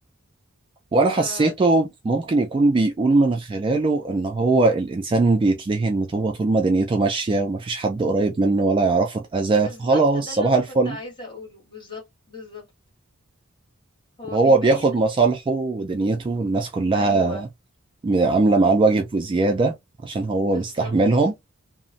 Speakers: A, on the right; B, on the left.
A: وانا حسيته
B: أه
A: ممكن يكون بيقول من خلاله ان هو الانسان بيتلهن هو طول ما دنيته ماشية ومفيش حد قريب منه ولا يعرفه اتأذى
B: بالظبط
A: فخلاص
B: ده اللي
A: صباح
B: انا
A: الفل
B: كنت عايزة اقوله بالظبط بالظبط هو
A: وهو
B: بيبين
A: بياخد مصالحه ودنيته والناس كلها
B: ايوه
A: عاملة معاه الواجب وزيادة عشان هو
B: بالظبط
A: مستحملهم